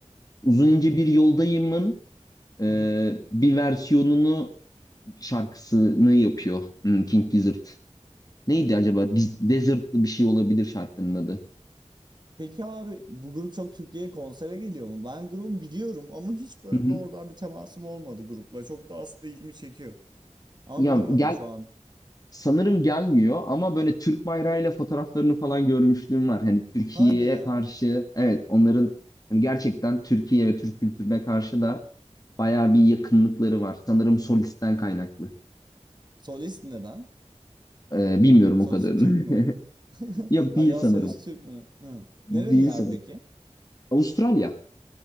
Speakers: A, on the left; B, on the right.
A: Uzun ince bir yoldayımın e,
B: <laughs>
A: bir versiyonunu şarkısını yapıyor hmm, King Gizzard. Neydi acaba? Biz, Desert'lı bir şey olabilir şarkının adı.
B: Peki abi bu grup çok Türkiye'ye konsere geliyor mu? Ben grubu biliyorum ama hiç böyle
A: Hı hı.
B: doğrudan bir temasım olmadı grupla. Çok da aslında ilgimi çekiyor. Ama
A: Ya
B: bilemedim
A: gel
B: şu an.
A: Sanırım gelmiyor ama böyle Türk bayrağıyla fotoğraflarını falan görmüşlüğüm var. Hani Türkiye'ye
B: Hadi ya.
A: karşı evet onların hani gerçekten Türkiye ve Türk kültürüne karşı da bayağı bir yakınlıkları var. Sanırım solisten kaynaklı.
B: Solist neden?
A: Ee, bilmiyorum
B: Solist
A: o kadarını.
B: Türk mü?
A: <laughs>
B: <laughs>
A: Yok
B: Ay
A: değil
B: ya
A: sanırım.
B: solist Türk mü? Hı.
A: Değil
B: Nereliler
A: sanırım.
B: peki?
A: Avustralya.